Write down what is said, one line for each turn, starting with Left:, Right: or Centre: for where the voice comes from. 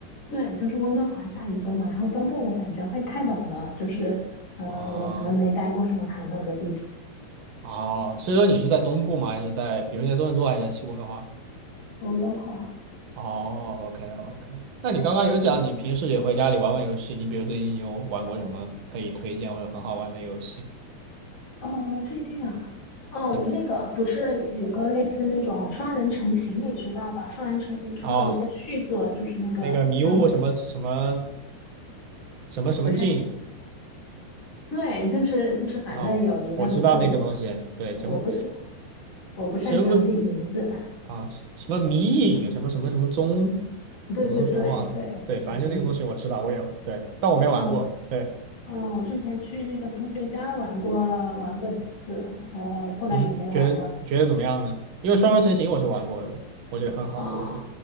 Left: 对，就是温哥华下雨多嘛，然后东部我感觉会太冷了，就是嗯、
Right: 啊。
Left: 呃我可能没待过什么寒冷的地方。
Right: 哦，所以说你是在东部吗？还是在比如你在多伦多还是在西温哥华？
Left: 温哥华，
Right: 哦，OK OK，那你刚刚有讲你平时也会家里玩玩游戏，你比如最近有玩过什么可以推荐或者很好玩的游戏吗？
Left: 哦，最近啊，哦，我那个不是有个类似那种双人成行，
Right: 对，
Left: 你知道吧？双人成行出了一个续作，
Right: 哦，
Left: 就是那个叫，
Right: 那个迷雾什么什么什么什么镜
Left: 哦不是，对，就是就是，反正有一个名字我。
Right: 哦，我知道那个东西，对，
Left: 我不，
Right: 什么
Left: 我。我不擅长记名字。
Right: 什么
Left: <laughs>
Right: 啊什么迷影什么什么什么踪
Left: 对对对对，
Right: 什么东西忘了，对，反正就那个东西我知道，
Left: 对，名，
Right: 我有，对，但我没玩过，
Left: 嗯嗯
Right: 对，
Left: 嗯，我之前去那个同学家玩过玩过几次，然后后来也没玩了。
Right: 嗯，觉得觉得怎么样呢？因为双人成行我是玩过的，我觉得很好，
Left: 啊、
Right: 我不